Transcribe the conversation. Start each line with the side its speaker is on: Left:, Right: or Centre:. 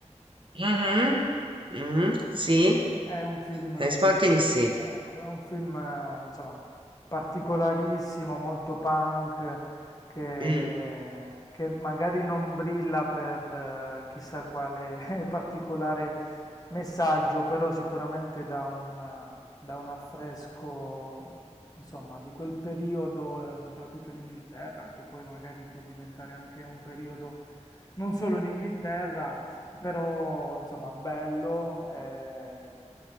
Right: Mhm, mhm, sì,
Left: È un film,
Right: Trainspotting
Left: eh,
Right: sì.
Left: ecco, è un film, eh, insomma, particolarissimo, molto punk, che,
Right: Mm.
Left: che magari non brilla per eh, chissà quale <laughs> particolare messaggio, però sicuramente dà un, eh, dà un affresco, insomma, di quel periodo, eh, soprattutto in Inghilterra, che poi magari può diventare anche un periodo non solo in Inghilterra, però insomma bello, eh,